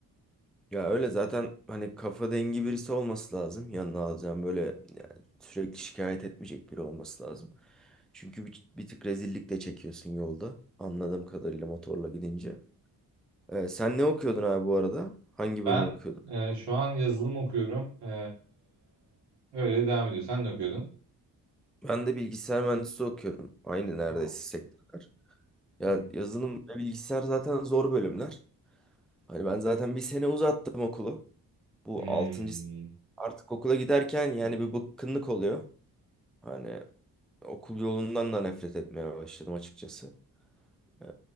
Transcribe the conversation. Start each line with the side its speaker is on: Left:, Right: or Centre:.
Centre: Ya öyle zaten hani kafa dengi birisi olması lazım. Yanına alacağım böyle yani sürekli şikayet etmeyecek biri olması lazım. Çünkü bir, bir tık rezillik de çekiyorsun yolda. Anladığım kadarıyla motorla gidince. Ee, sen ne okuyordun abi bu arada? Hangi
Right: Ben
Centre: bölüm okuyordun?
Right: e, şu an yazılım okuyorum. Ee, öyle devam ediyor. Sen ne okuyordun?
Centre: Ben de bilgisayar mühendisliği okuyorum. Aynı neredeyse
Right: Aa.
Centre: sektörler. Ya
Right: Hmm.
Centre: yazılım ve bilgisayar zaten zor bölümler. Hani ben zaten bir sene uzattım okulu. Bu
Right: Hmm.
Centre: 6. artık okula giderken yani bir bıkkınlık oluyor. Hani okul yolundan da nefret etmeye başladım açıkçası. Ee,